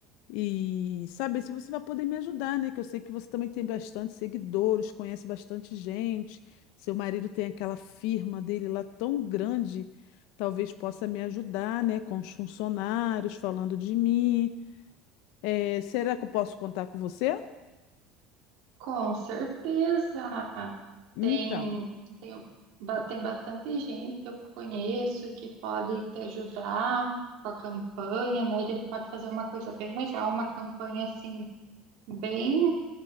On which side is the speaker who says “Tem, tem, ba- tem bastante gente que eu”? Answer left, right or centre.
Right